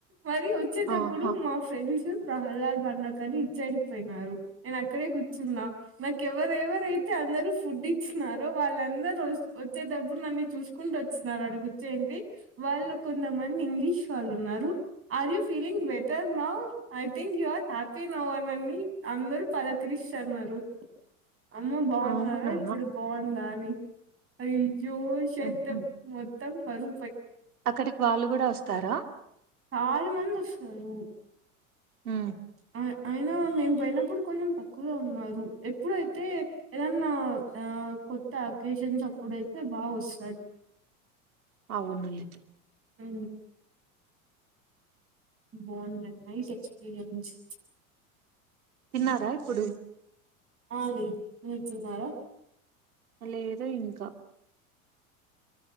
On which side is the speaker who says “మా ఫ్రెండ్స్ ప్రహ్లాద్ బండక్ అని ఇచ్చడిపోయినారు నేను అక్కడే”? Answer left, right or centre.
Right